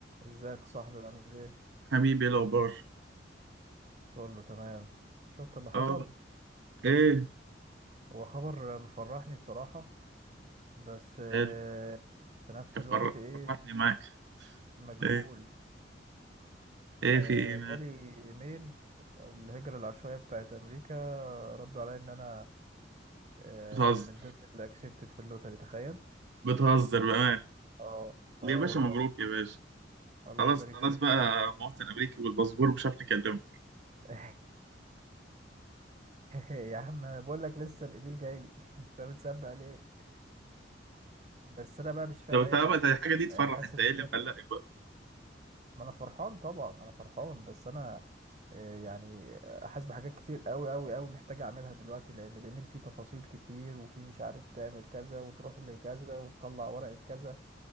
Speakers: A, on the right; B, on the right.
A: ازيك يا صاحبي عامل ايه
B: حبيبي إيه الأخبار
A: كله تمام شفت اللي حصل
B: اه ايه
A: هو خبر مفرحني بصراحة بس آه،
B: حلو
A: في نفس
B: تفر-
A: الوقت ايه
B: فرحني معاك
A: مجهول
B: ايه ايه
A: آه،
B: في ايه مال
A: جالي ايميل الهجرة العشوائية بتاعت امريكا ردوا عليا ان انا آه،
B: بتهزر
A: من ضمن اللي اكسبتد في اللوتري تخيل
B: بتهزر بأمان
A: اه اه
B: يا باشا
A: والله
B: مبروك يا باشا
A: الله
B: خلاص
A: يبارك
B: خلاص
A: فيك
B: بقى مواطن أمريكي والباسبور مش عارف نكلمك
A: <laughs> يا عم بقول لك لسه الايميل جاي لي <laughs> انت بتسبق ليه بس انا بقى مش فاهم
B: طب انت
A: اي
B: بقى
A: حاجة
B: ده الحاجة دي تفرح
A: يعني حاسس
B: انت
A: ان
B: ايه اللي
A: دي
B: مقلقك بقى
A: ما انا فرحان طبعا انا فرحان بس انا آه، يعني آه، حاسس بحاجات كتير قوي قوي قوي محتاج اعملها دلوقتي لان الايميل فيه تفاصيل كتير وفيه مش عارف تعمل كذا وتروح لكذا وتطلع ورقة كذا